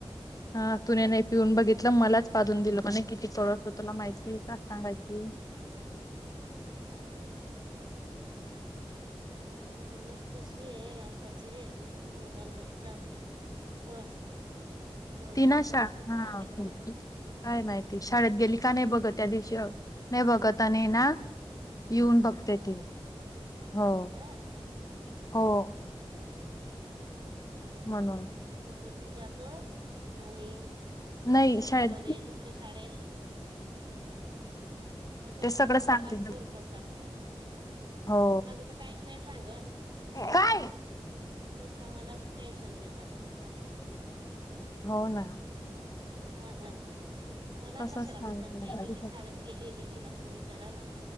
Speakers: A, on the left; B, on the right.
A: हा तुने नाही पिऊन बघितलं. मलाच पाधून दिलं म्हणे. किती कडू तुला माहितीय का? सांगायची.
B: ते मुलंच तशेये आताचे. नुसते मोबाईल बघतात. बस. बोलायला
A: ती ना शा
B: कोणी शिकवलं
A: हा
B: त्यांनाच माहिती.
A: काय माहिती. शाळेत गेली का नाही बघत. त्या दिवशी नाही बघत. आणि ना येऊन बघ तेथे.
B: ह
A: हो
B: हा
A: हो. म्हणून.
B: माझं पण जातो. आणि
A: नाही
B: काय शिकवलं
A: शाळेत
B: रे, तुमच्या शाळेत. असं
A: ते
B: विचारतात.
A: सगळं
B: त
A: सांगते
B: मलाच बोर करतात म्हणे.
A: हो
B: माझं त काहीच नाही सांगत.
A: काय
B: नुसता मलाच टेन्शन देतात. असं सांगत तो.
A: हो ना.
B: हा हा. मला
A: तसच
B: कशाला
A: सांगते
B: विचारतय. दीदी शाळेत गेलीय. दिदीला पण विचारा ना.